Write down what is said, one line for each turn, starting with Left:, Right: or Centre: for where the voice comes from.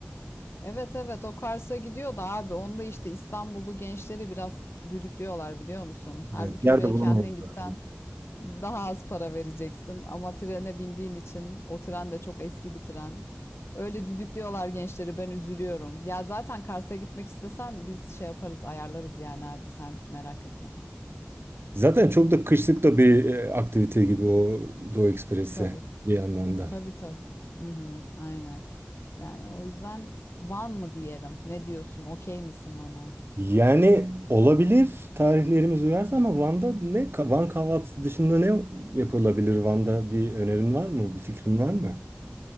Left: Evet evet o Kars'a gidiyor da abi onda işte İstanbullu gençleri biraz düdüklüyorlar biliyor musun? Halbuki
Right: Evet. Yer
Left: oraya
Right: de bulamadım
Left: kendin gitsen
Right: zaten.
Left: daha az para vereceksin ama trene bindiğin için o tren de çok eski bir tren. Öyle düdüklüyorlar gençleri ben üzülüyorum. Ya zaten Kars'a gitmek istesen biz şey yaparız ayarlarız yani abi sen merak etme.
Right: Zaten çok da kışlık da bir e, aktivite gibi o Doğu Ekspresi
Left: Tabii
Right: bir yandan da.
Left: tabii tabii. Hı hı, aynen. Yani o yüzden Van mı diyelim? Ne diyorsun? Okey misin bana?
Right: Yani olabilir tarihlerimiz uyarsa ama Van'da ne Van kahvaltısı dışında ne yapılabilir Van'da bir önerin var mı? Bir fikrin var mı?